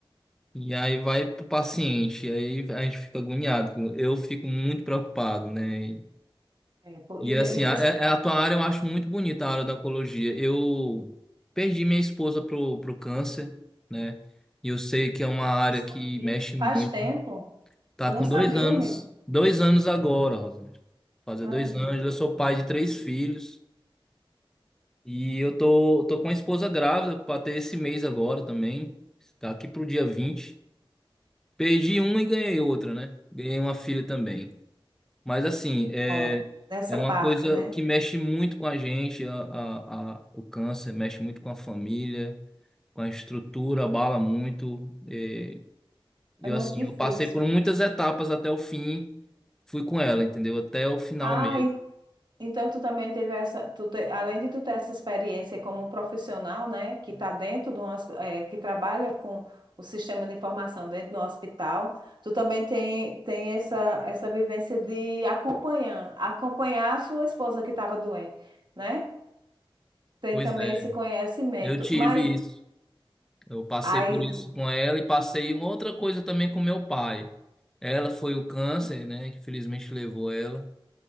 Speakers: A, in the centre; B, on the right (about 50°).
A: E aí vai pro paciente, aí a gente fica agoniado. Eu fico muito preocupado, né?
B: É, pô,
A: E
B: e, me-
A: assim,
B: e principalmente
A: a, é- é, a tua área eu acho muito bonita, a área da oncologia. Eu perdi minha esposa pro, pro câncer, né? E eu sei que é uma
B: eu
A: área
B: não sabia,
A: que mexe muito.
B: faz tempo.
A: Tá
B: Eu
A: com
B: não sabia,
A: dois anos,
B: amigo.
A: dois anos agora, Rosângela. Fazer
B: Ai,
A: dois
B: meu
A: anos,
B: Deus.
A: eu sou pai de três filhos. E eu tô, tô com a esposa grávida para ter esse mês agora também. Tá aqui pro dia vinte Perdi uma e ganhei outra, né? Ganhei uma filha também. Mas assim,
B: Bom,
A: é,
B: nessa
A: é uma
B: parte,
A: coisa
B: né?
A: que mexe muito com a gente, a, a, a- o câncer, mexe muito com a família, com a estrutura, abala muito. É, eu
B: É muito
A: assim,
B: difícil.
A: eu passei por muitas etapas até o fim, fui com ela, entendeu? Até o final
B: Ah,
A: mesmo.
B: Então, tu também teve essa, tu te- além de tu ter essa experiência como um profissional, né, que está dentro de um, hosp- eh, que trabalha com o sistema de informação dentro do hospital, tu também tem, tem essa, essa vivência de acompanhar, acompanhar a sua esposa que estava doente, né? Tem
A: Pois
B: também
A: é,
B: esse conhecimento.
A: eu tive
B: Mas
A: isso. Eu passei
B: aí,
A: por isso com ela e passei uma outra coisa também com meu pai. Ela foi o câncer, né, que felizmente levou ela.